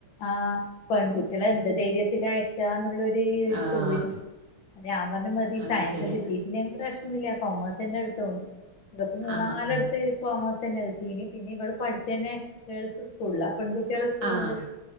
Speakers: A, on the left; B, on the right.
A: ആ പെൺകുട്ടിളെ എന്ത് ധൈര്യത്തില അയക്കാന്നുള്ളരൂ ഒരു
B: ആഹ്
A: പേടി അത് ഞാൻ പറഞ്ഞ് മതി,
B: ആഹ്
A: സയൻസ്
B: ശരിയാ
A: കിട്ടീയിട്ടില്ലെങ്കിൽ പ്രശ്നം ഇില്ല, കൊമേഴ്സന്നെ എടുത്തോന്ന്. ഇവക്ക് മൂന്നാലടത്ത്
B: ആഹ് ആഹ്
A: കോമേഴ്സന്നെ കിട്ടീ ഇന് പിന്നെ ഇവൾ പഠിച്ചന്നെ ഗേൾസ് സ്കൂളിലാ. പെൺകുട്ടിയാളെ സ്കൂളിൽ
B: ആഹ്